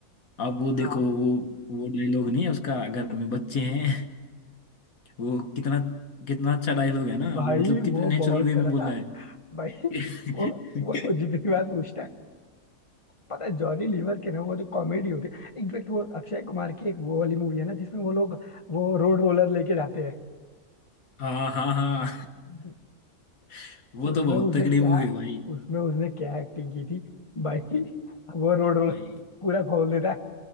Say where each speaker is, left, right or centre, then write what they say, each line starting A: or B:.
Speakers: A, on the left; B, on the left.
A: अब वो देखो
B: हाँ
A: वो वो डायलॉग नहीं है उसका घर में बच्चे हैं <laughs> वो कितना कितना अच्छा डायलॉग है ना
B: भाई
A: वो मतलब कितने
B: वो
A: नेचुरल
B: बहुत
A: वे
B: चला
A: में बोला
B: था
A: है
B: भाई
A: <laughs>
B: वो वो जितनी बार पूछता है पता है जॉनी लीवर के ना वो जो कॉमेडी होती है इनफेक्ट वो अक्षय कुमार की एक वो वाली मूवी है ना जिसमें वो लोग वो रोड रोलर लेके जाते
A: हाँ हाँ हाँ
B: हैं
A: <laughs> वो
B: उसमें
A: तो बहुत
B: उसने
A: तगड़ी
B: क्या
A: मूवी है भाई
B: उसमें उसने क्या एक्टिंग की थी भाई वो रोड रोल
A: भाई
B: पूरा खोल देता है